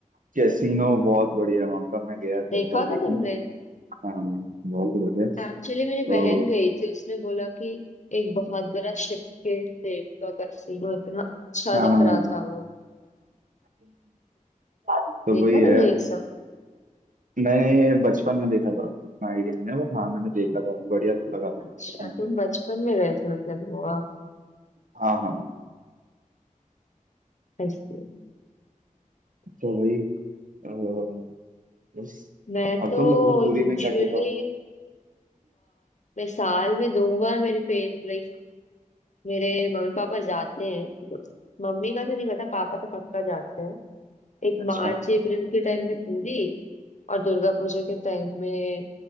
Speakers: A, on the right (about 70°); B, on the left (about 60°).
A: कैसीनो बहुत बढ़िया वहाँ का मैं गया था
B: देखा
A: एक बार
B: था
A: देखने
B: तुमने
A: हाँ, बहुत ही बढ़िया तो
B: एक्चुअली मेरी बहन गई थी उसने बोला कि एक बहुत बड़ा शिप के सेब का कैसीनो इतना अच्छा
A: हाँ
B: दिख रहा था वो
A: तो
B: देखा
A: वही
B: तुमने
A: है
B: ये सब
A: मैंने ये बचपन में देखा था उतना आइडिया नहीं है बट हाँ मैंने देखा था बढ़िया तो लगा था
B: अच्छा
A: उस टाइम पे
B: तुम बचपन में गए थे मतलब गोवा
A: हाँ हाँ
B: इसलिए
A: तो वही अ, बस
B: मैं
A: और
B: तो
A: तुम बताओ पूरी
B: यूजुअली
A: में क्या क्या था
B: मैं साल में दो बार मेरे पे लाइक मेरे मम्मी पापा जाते हैं मम्मी का तो नहीं पता पापा तो पक्का जाते हैं एक
A: अच्छा
B: मार्च अप्रैल के टाइम में पुरी और दुर्गा पूजा के टाइम में